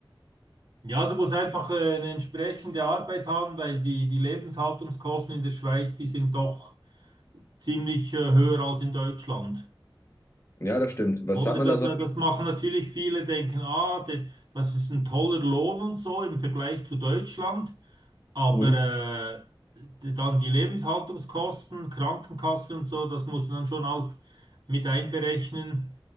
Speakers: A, on the right; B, on the left.
A: Ja, du musst einfach äh, eine entsprechende Arbeit haben, weil die, die Lebenshaltungskosten in der Schweiz, die sind doch ziemlich äh, höher als in Deutschland.
B: Ja, das stimmt. Was
A: Oder
B: hat man
A: da-
B: da
A: da-
B: so?
A: das machen natürlich viele, denken, ah, der, das ist ein toller Lohn und so im Vergleich zu Deutschland. Aber
B: Mhm.
A: äh, d- dann die Lebenshaltungskosten, Krankenkasse und so, das muss man dann schon auch mit einberechnen.